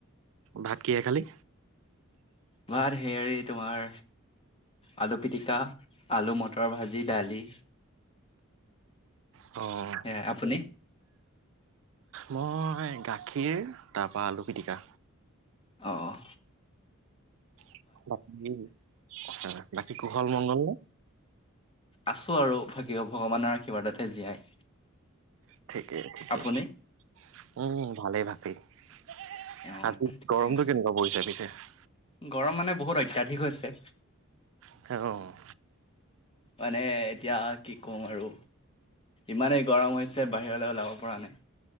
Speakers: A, on the right; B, on the left.
A: ভাত কিহে খালি?
B: ভাত হেৰি তোমাৰ আলু পিটিকা আলু মটৰ ভাজি দালি
A: অ
B: হে আপুনি
A: মই গাখীৰ তাপা আলু পিটিকা
B: অঁ
A: <unintelligible> বাকী কুশল মংগল নে?
B: আছোঁ আৰু <unintelligible> ভগৱানৰ আশীৰ্বাদতে জীয়াই
A: <inaudible>
B: আপুনি
A: আজি গৰমতটো কেনেকুৱা পৰিছে
B: অঁ ঠিকে আছে
A: পিছে?
B: গৰম মানে বহুত অত্যাধিক হৈছে
A: <inaudible>
B: মানে এতিয়া কি কম আৰু ইমানেই গৰম হৈছে বাহিৰলে ওলাব পৰা নাই